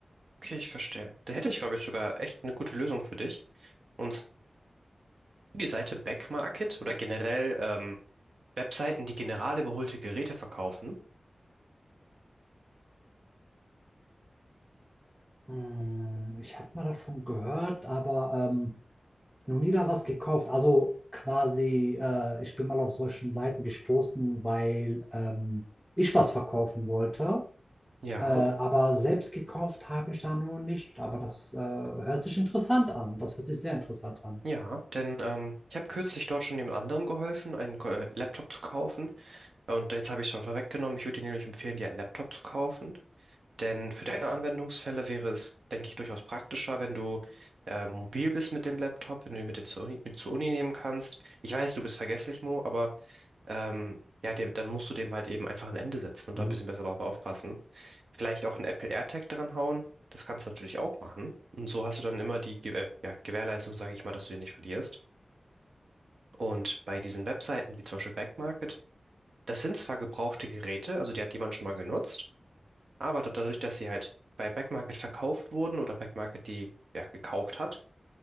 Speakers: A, on the right; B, in the centre.
A: Okay, ich verstehe. Da hätte ich, glaube ich, sogar echt eine gute Lösung für dich. Und die Seite Backmarket oder generell ähm, Webseiten, die generell überholte Geräte verkaufen.
B: Hm, Ich habe mal davon gehört, aber ähm, Noch nie da was gekauft. Also quasi, äh, ich bin mal auf solchen Seiten gestoßen, weil ähm, ich was verkaufen wollte.
A: Ja,
B: Äh, aber selbst gekauft habe ich da noch nicht. Aber das äh, hört sich interessant an. Das hört sich sehr interessant an.
A: Ja, denn ähm, ich habe kürzlich dort schon jemand anderem geholfen, einen Ko- äh, Laptop zu kaufen. Und jetzt habe ich es schon vorweggenommen. Ich würde dir nämlich empfehlen, dir einen Laptop zu kaufen. Denn für deine Anwendungsfälle wäre es, denke ich, durchaus praktischer, wenn du äh, mobil bist mit dem Laptop, wenn du ihn mit dir zur Uni, mit zur Uni nehmen kannst. Ich weiß, du bist vergesslich, Mo, aber ähm, ja, dem, dann musst du dem halt eben einfach ein Ende setzen und
B: Mhm.
A: da ein bisschen besser drauf aufpassen. Vielleicht auch einen Apple AirTag dran hauen. Das kannst du natürlich auch machen. Und so hast du dann immer die Ge- äh, ja, Gewährleistung, sage ich mal, dass du den nicht verlierst. Und bei diesen Webseiten wie zum Beispiel Backmarket, das sind zwar gebrauchte Geräte, also die hat jemand schon mal genutzt, aber da- dadurch, dass sie halt bei Backmarket verkauft wurden oder Backmarket die ja gekauft hat,